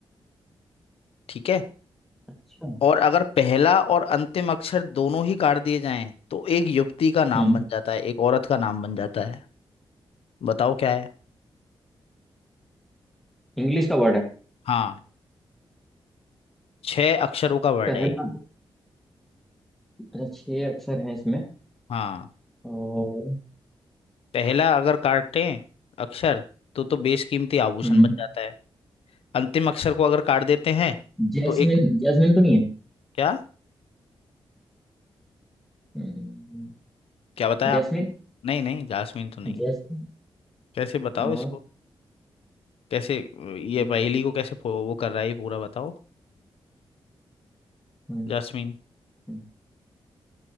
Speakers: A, on the left; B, in the centre.
A: ठीक है
B: अच्छा
A: और अगर पहला और अंतिम अक्षर दोनों ही काट दिए जाएं तो एक युवती का नाम
B: हम्म
A: बन जाता है एक औरत का नाम बन जाता है बताओ क्या है
B: इंग्लिश का वर्ड है
A: हाँ छह अक्षरों का वर्ड
B: पहला
A: है ये।
B: अच्छा छह अक्षर हैं इसमें
A: हाँ
B: और
A: पहला अगर काटे अक्षर तो तो बेशकीमती आभूषण
B: हम्म
A: बन जाता है अंतिम अक्षर को अगर काट देते हैं
B: जैस्मिन
A: तो एक
B: जैस्मिन तो नहीं है
A: क्या
B: हम्म,
A: क्या बताया
B: जैस्मिन
A: आपने नहीं नहीं जासमीन तो नहीं है।
B: जैस्मिन
A: कैसे बताओ
B: और
A: इसको कैसे ये
B: हम्म,
A: पहेली को कैसे फो- वो कर रहा है ये पूरा बताओ
B: हम्म,
A: जासमीन
B: हम्म,